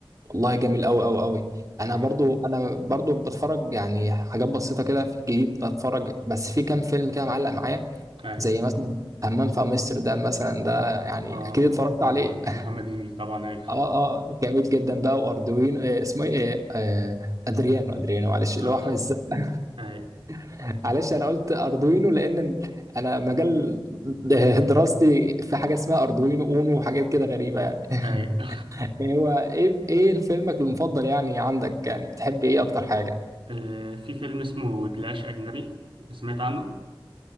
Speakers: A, on the right; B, on the right.
A: والله جميل قوي قوي قوي انا
B: اي
A: برضو انا برضو بتفرج يعني حاجات بسيطه كده في الجديد بتفرج بس في كام فيلم كده معلق معايا
B: اي
A: زي مثلا همام في امستردام مثلا ده يعني
B: اه
A: اكيد اتفرجت
B: محمد
A: عليه
B: هنيدي محمد هنيدي طبعا
A: <laughs>
B: اي
A: اه اه جميل جدا بقى واردوينو آه اسمه ايه آه آه، ادريانو ادريانو معلش
B: اه
A: اللي هو احمد السقا
B: اي
A: <laughs> معلش انا قلت اردوينو لان انا مجال <laughs> دراستي في حاجه اسمها اردوينو اونو وحاجات كده غريبه يعني
B: اي <laughs>
A: <laughs> هو ايه ايه فيلمك المفضل يعني عندك يعني بتحب ايه اكتر حاجه
B: آه، في فيلم اسمه دلاش اجنبي سمعت عنه